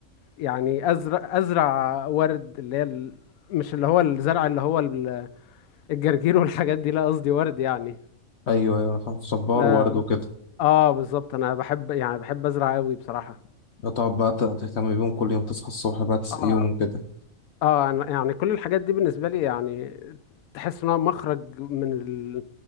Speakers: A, on the left; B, on the left.
A: يعني ازرع ازرع ورد اللي هي ال... مش اللي هو الزرع اللي هو ال- الجرجير والحاجات دي لا قصدي ورد يعني
B: ايوه ايوه انا فاهم صبار
A: لا
B: وورد وكده
A: اه بالظبط انا بحب يعني بحب ازرع قوي بصراحة
B: تقعد بقى ت- تهتم بيهم كل يوم تصحى الصبح بقى تسقيهم
A: اه
B: وكده
A: اه أنا يعني كل الحاجات دي بالنسبة لي يعني تحس انها مخرج من ال...